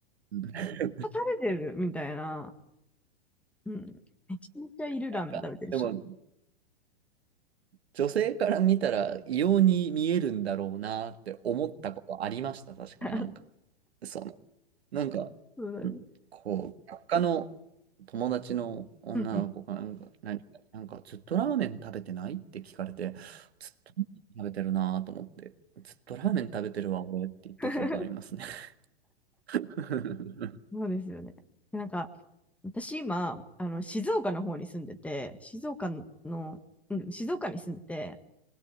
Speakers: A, on the right (about 70°); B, in the centre.
A: うん <laughs> なん
B: 食べてるみたいな。うん。めちゃめちゃいるラーメン食べてる人。
A: か、でも、女性から見たら異様に見えるんだろうなって思ったことありました、確かになんか。
B: <laughs>
A: そのなんか、
B: そうなんです。
A: んこう、学科の友達の女の子がなんか、
B: うんうん
A: 何か、なんかずっとラーメン食べてないって聞かれて、ずっとラーメン食べてるなと思って、ずっとラーメン食べてるわ、俺って言った記憶ありますね。
B: <laughs>
A: <laughs>
B: そうですよね。でなんか、私今、あの、静岡の方に住んでて、静岡の、うん、静岡に住んでて、